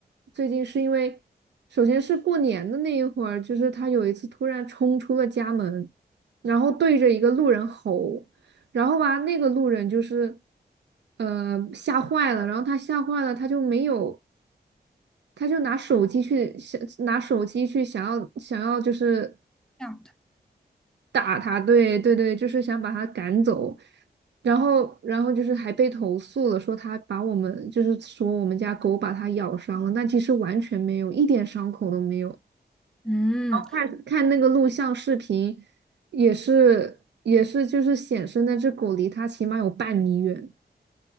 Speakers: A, on the right (about 80°); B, in the centre.
A: 最近是因为，首先是过年的那一会儿，就是它有一次突然冲出了家门，然后对着一个路人吼，然后吧，那个路人就是。呃吓坏了，然后他吓坏了，他就没有，他就拿手机去想拿手机去想要想要就是
B: 这样的。
A: 打他，对对对，就是想把他赶走，然后然后就是还被投诉了，说他把我们就是说我们家狗把他咬伤了，但其实完全没有，一点伤口都没有。
B: 嗯，
A: 看看那个录像视频，也是也是就是显示那只狗离他起码有半米远。